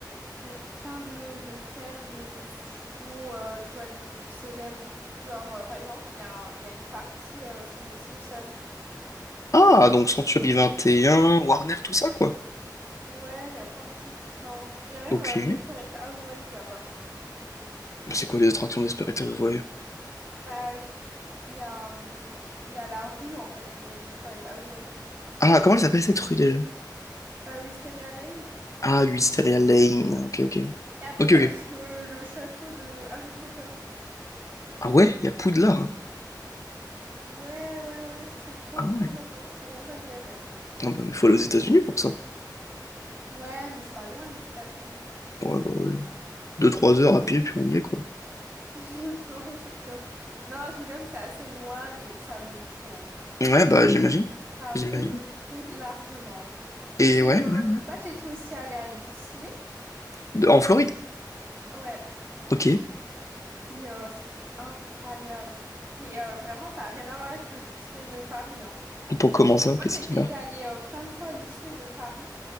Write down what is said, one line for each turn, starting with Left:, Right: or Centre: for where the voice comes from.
Right: avec plein de, de thèmes, de, de studios, euh, tu vois, de trucs célèbres. Genre, euh, par exemple, il y a, un- il y a une partie euh, sur les Simpsons.
Left: Ah, donc Century 21, Warner, tout ça, quoi.
Right: Ouais, il y a plein de choses différentes. Il y a même
Left: Ok.
Right: euh, Desperate Housewives là-bas.
Left: Bah, C'est quoi les attractions d'Esperitus Voyage?
Right: Bah, Il y a, hum, il y a la rue, en fait, de Desperate Housewives.
Left: Ah, comment elle s'appelle cette rue déjà?
Right: Euh, Wisteria Lane.
Left: Ah, Wisteria Lane. Ok, ok.
Right: Et après,
Left: Ok,
Right: il
Left: ok.
Right: y a aussi le, le château de Harry Potter.
Left: Ah ouais, il y a Poudlard.
Right: Ouais, ouais, ouais. C'est trop,
Left: Ah
Right: trop
Left: ouais.
Right: bien. Vraiment, je te conseille d'y aller. hein.
Left: Ah bah, il faut aller aux États-Unis pour ça.
Right: Ouais, mais c'est pas loin, les États-Unis. <laughs>
Left: Ouais, bah, ouais. Deux, trois heures à pied, puis on y est, quoi.
Right: Non, je rigole. Non, je rigole, c'est assez loin, mais ça vaut le coup. hein.
Left: Ouais, bah, j'imagine.
Right: Ça
Left: J'imagine.
Right: vaut le coup largement.
Left: Et
Right: Et
Left: ouais,
Right: euh,
Left: ouais.
Right: là-bas, j'étais aussi allée à Disney.
Left: De- En Floride.
Right: Ouais.
Left: Ok. Et
Right: Et euh, c'était incroyable. Mais euh, vraiment, ça n'a rien à voir avec le Disney de Paris. hein.
Left: Pour comment ça,
Right: Moi,
Left: qu'est-ce
Right: j'étais
Left: qu'il a?
Right: déjà
Left: <laughs>
Right: allée euh, plein de fois à Disney de Paris.